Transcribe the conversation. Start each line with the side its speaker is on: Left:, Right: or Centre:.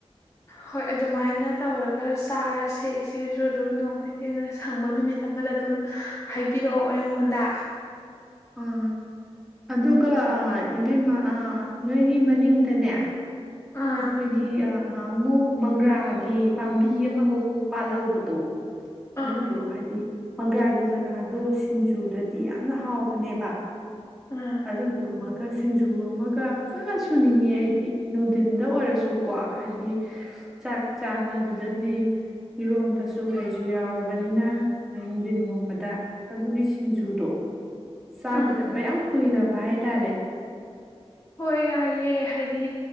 Left: ꯍꯣꯏ ꯑꯗꯨꯃꯥꯏꯅ ꯇꯧꯔꯒ ꯆꯥꯔ ꯁꯦꯏꯆꯦꯁꯨ ꯑꯗꯨꯝ ꯅꯣꯡꯃ ꯏꯆꯦꯅ ꯁꯪꯕ ꯅꯨꯃꯤꯠ ꯑꯃꯗ ꯑꯗꯨꯝ ꯍꯥꯏꯕꯤ ꯄꯤꯔꯛꯑꯣ ꯑꯩꯉꯣꯟꯗ
Centre: ꯑꯥ ꯑꯗꯨꯒ ꯏꯕꯦꯝꯃ ꯅꯣꯏꯒꯤ ꯃꯅꯤꯡꯗꯅꯦ ꯑꯩꯈꯣꯏꯒꯤ
Left: ꯑꯥ
Centre: ꯑꯍꯥꯛ ꯑꯃꯨꯛ ꯃꯪꯒ꯭ꯔꯥꯒꯤ ꯄꯥꯝꯕꯤ ꯑꯃ ꯄꯥꯜꯍꯧꯕꯗꯣ ꯑꯗꯨꯗꯣ
Left: ꯑꯥ
Centre: ꯍꯥꯏꯗꯤ ꯄꯪꯒꯥꯥꯒꯤ ꯃꯅꯥꯗꯣ ꯁꯤꯡꯖꯨꯗꯗꯤ ꯌꯥꯝꯅ ꯍꯥꯎ ꯐꯅꯦꯕ
Left: ꯑꯥ
Centre: ꯑꯗ ꯇ ꯑꯃꯒ ꯁꯤꯡꯖꯨ ꯑꯃꯒ ꯐꯖꯅ ꯁꯨꯅꯤꯡꯉꯦ ꯑꯩꯗꯤ ꯅꯨꯡꯙꯤꯟꯗ ꯑꯣꯏꯔꯁꯨꯀꯣ ꯍꯥꯏꯗꯤ ꯆꯥꯛ ꯆꯥꯕꯗꯨꯗꯗꯤ ꯃꯤꯔꯣꯟꯝꯕꯁꯨ ꯀꯩꯁꯨ ꯌꯥꯎꯔꯕꯅꯤꯅ ꯅꯣꯏ ꯅꯨꯡꯊꯤꯟꯒꯨꯝꯕꯗ ꯑꯗꯨꯒꯤ ꯁꯤꯡꯖꯨꯗꯣ ꯆꯥꯈꯤꯗꯕꯌꯥꯝ
Left: ꯎꯝ
Centre: ꯀꯨꯏꯔꯕ ꯚꯥꯏ ꯇꯔꯦ
Left: ꯍꯣꯏ ꯌꯥꯏꯌꯦꯦ ꯍꯥꯏꯗꯤ